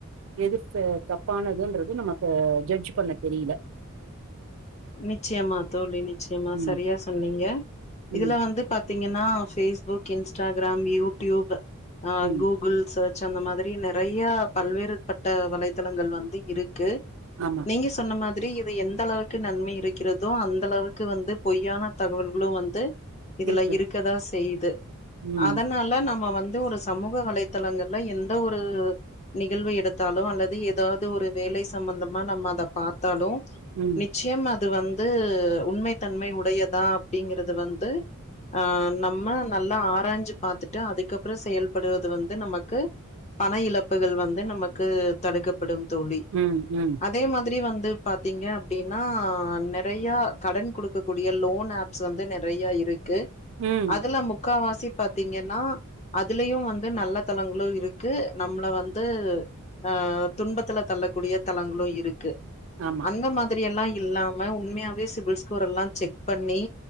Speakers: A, on the right; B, on the left.
A: எது சே தப்பானதுன்றது நமக்கு ஜட்ஜ் பண்ண தெரியல
B: நிச்சயமா தோழி நிச்சயமா
A: ம்
B: சரியா சொன்னீங்க இதுல
A: ம்
B: வந்து பாத் தீங்கன்னா பேஸ்புக் இன்ஸ்டாகிராம் யூடியூப் அ
A: ம்
B: கூகுள் சர்ச் ச்சு அந்த மாதிரி நெறையா பல்வேறு பட்ட வலைத்தளங்கள் வந்து இருக்கு
A: ஆமா
B: நீங்க சொன்ன மா திரி இது எந்தலாட் க்கு நன்மை இருக்கிறதோ அந்த அளவுக்கு வந்து பொய்யான தகவல்களு வந்து இதுல
A: இருக்கு
B: இருக்கதா செய்யுது
A: ம்
B: அதனால நம்ம வந் து ஒரு சமூக வலைதளங்கள்ல எந்த ஒரு நிகழ்வு எடுத்தாலு அல்லது ஏதாவது ஒரு வேலை சம்பந்தமா நம்ம அத பாத்தாலு
A: ம்
B: நிச்சயமா அது வந்து உண்மைத்தன்மை உடையதா அப்டிங்கறது வந்து அ நம்ம நல்லா ஆராய்ஞ்சி பாத்துட்டு அதுக்கப்புறோ செயல்படுவது வந்து நமக்கு பண இழப்புகள் வந்து நமக்கு தடுக்கப்படும் தோழி
A: ம் ம்
B: அதே மாதிரி வந் து பாத்தீங்க அப்டின்னா நெறையா கடன் குடுக்கக்கூடிய லோன் ஆப்ஸ் வந்து நெறையா இருக் கு
A: ம்
B: அதெல்லா முக்காவா சி பாத்தீங்கன்னா அதுலயு வந்து நல்ல தளங்களு இருக்கு நம்மள வந்து அ துன்பத்துல தள்ளக்கூடிய தளங்களு இருக்கு
A: ஆமா
B: அந்த மாத் திரி எல்லா இல்லாம உண்மையாவே சிபில்ஸ் ஸ்கோரெல்லா செக் பண்ணி